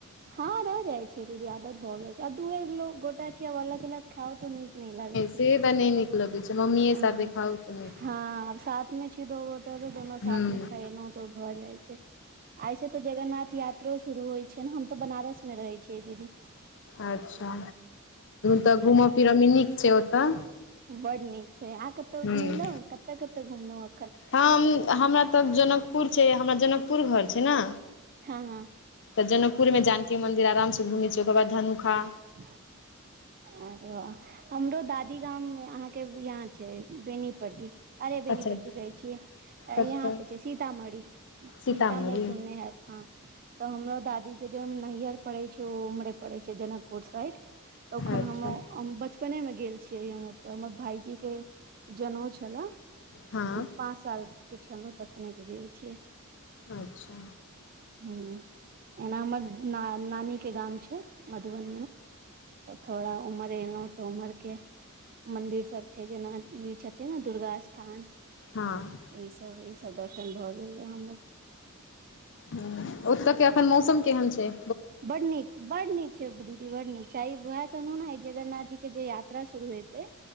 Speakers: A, on the right; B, on the left.
A: हँ रहि जाइ छैय दीदी आदत भ गेलइ छैय आ दूए गोटा छैय अलग अलग खाउ तऽ नि नहि लागै छैय
B: से तऽ नहि नीक लगै छै मम्मीए
A: ह
B: साथे खाउ तऽ नीक
A: हँ अब साथ मे छी दो गो दोनू
B: ह्म
A: साथ मे खैलहुं तऽ भऽ जाइ छैय। आईसँ तऽ जगन्नाथ यात्रो शुरू होइ छैय ने हम त बनारस मे रहै छियै दीदी।
B: अच्छा तऽ घूमय फिरयमे नीक छैय ओतऽ?
A: बड नीक छैय अहाँ कतौ
B: ह्म
A: घुमलहु कत कत घुमलहु?
B: हम हमरा तऽ जनकपुर छैय हमरा जनकपुर घर छैय ने।
A: हँ हँ
B: तऽ जनकपुर में जानकी मन्दिर आराम से घुमै छी ओकर बाद धनुखा
A: <inaudible> अरे वाह हमरो दादी गाम अहाँके यहाँ छैय बेनीपट्टी। अरे बेनीपट्टी
B: अच्छा
A: कहै छियै
B: कतऽ
A: यहाँ पे छैय सीतामढ़ी। भीटा
B: सीतामढ़ी
A: मोर से ओने हैत हँ। त हमरो दादी के जे नैहर पड़े छैय ओ उमरे पड़े छैय जनकपुर साइड। तऽ ओखन
B: अच्छा
A: हम बचपने मे गेल छियै हम ओतऽ हमर भायजी के जनउ छला।
B: हँ
A: पाँच साल के छलहुँ तखनेके गेल छियै।
B: अच्छा
A: ह एना हमर नानी के गाम छैय मध तऽ थोड़ा ऊम्हरे एलौ। तऽ उमहर के मंदिर सब छैय जेना ई छथिन ने दुर्गा स्थान
B: हँ
A: इ सब इ सब दर्शन भए गेल ये हमर।
B: हूं ओतऽ के एखन मौसम केहन छैय?
A: बड़ नीक। बड नीक छैय दीदी बड नीक छैय आ ई वेह कहनू ने जगन्नाथ जी के जे यात्रा शुरू हेतै